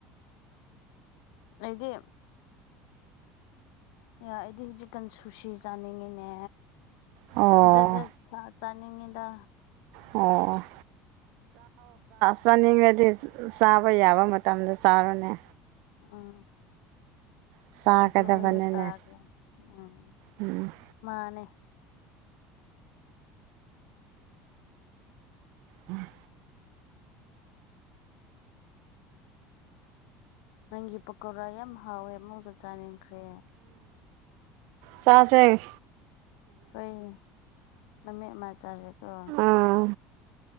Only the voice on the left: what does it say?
ꯑꯩꯗꯤ ꯑꯦ ꯑꯩꯗꯤ ꯍꯧꯖꯤꯛꯀꯥꯟ ꯁꯨꯁꯤ ꯆꯥꯅꯤꯡꯉꯤꯅꯦ
ꯖꯠ ꯖꯠ ꯆꯥꯅꯤꯡꯉꯤꯗ
ꯎꯝ
ꯑꯗꯨ ꯑꯣꯏꯕ ꯇꯥꯔꯦ ꯎꯝ
ꯃꯥꯅꯦ
ꯅꯪꯒꯤ ꯄꯀꯧꯣꯔꯥ ꯌꯥꯝ ꯍꯥꯎꯋꯦ ꯑꯃꯨꯒ ꯆꯥꯅꯤꯡꯟꯈ꯭ꯔꯦ
ꯑꯩꯈꯣꯏꯅ ꯃꯠ ꯃ ꯆꯥꯁꯦꯀꯣ